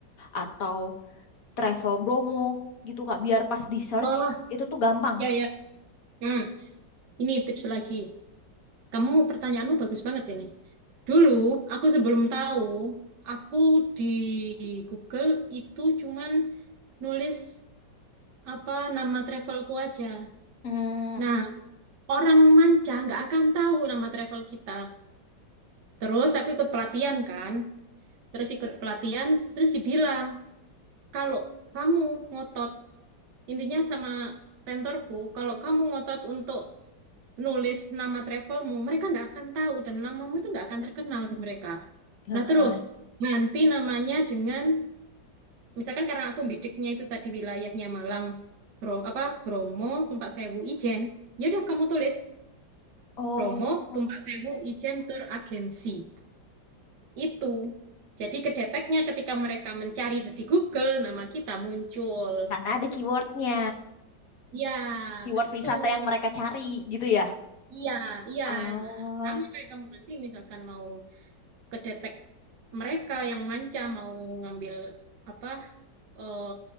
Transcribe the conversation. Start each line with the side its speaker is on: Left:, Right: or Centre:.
Left: atau travel Bromo gitu Kak, biar pas di search
Right: Wah,
Left: itu tuh gampang.
Right: ya ya. Hmm. Ini tips lagi. Kamu pertanyaanmu bagus banget ini. Dulu aku sebelum tahu, aku di Google itu cuman nulis apa nama travelku aja.
Left: Hmm,
Right: Nah, orang manca nggak akan tahu nama travel kita. Terus aku ikut pelatihan kan. terus ikut pelatihan, terus dibilang, kalau kamu ngotot, intinya sama tentorku, kalau kamu ngotot untuk nulis nama travelmu, mereka nggak akan tahu dan namamu itu nggak akan terkenal di mereka.
Left: heeh.
Right: Nah terus, ganti namanya dengan, misalkan karena aku bidiknya itu tadi wilayahnya Malang, Bro, apa Bromo, Tumpak Sewu, Ijen, ya udah kamu tulis
Left: Oh,
Right: Bromo, Tumpak Sewu, Ijen Tour Agency. itu. Jadi kedeteknya ketika mereka mencari di Google, nama kita muncul.
Left: karena ada keywordnya,
Right: Ya,
Left: keyword
Right: betul.
Left: wisata yang mereka cari gitu ya.
Right: Iya, iya.
Left: Oh,
Right: Nah, sama kayak kamu nanti misalkan mau kedetek mereka yang manca, mau ngambil apa eh,